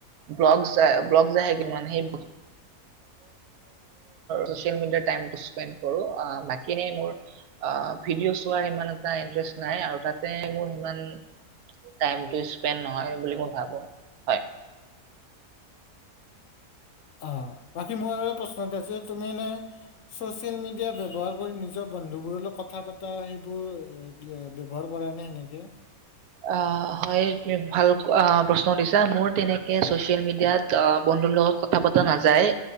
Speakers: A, on the right; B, on the left.
A: ব্লগচ‌ চাই ব্লগচ আহে <unintelligible> সেনেকুৱা মই চচিয়েল মিডিয়াৰ টাইমটো স্পেন কৰো আ বাকি মোৰ আ ভিডিঅ' চোৱাৰ ইমান এটা ইণ্টাৰেষ্ট নাই আৰু তাতে মোৰ ইমান টাইমটো স্পেন নহয় বুলি মই ভাবো হয়।
B: অ বাকী মোৰ আৰু এটা প্ৰশ্ন আছে তুমি এনেই চচিয়েল মিডিয়া ব্যৱহাৰ কৰি নিজৰ বন্ধু বোৰৰ লগত কথা পাতা সেইবোৰ কি-অ ব্যৱহাৰ কৰা নে এনেকে?
A: আ হয়‌ <unintelligible> ভাল প্ৰশ্ন সুধিছা মোৰ তেনেকে চচিয়েল মিডিয়াত আ বন্ধুৰ লগত কথা পতা নাযায়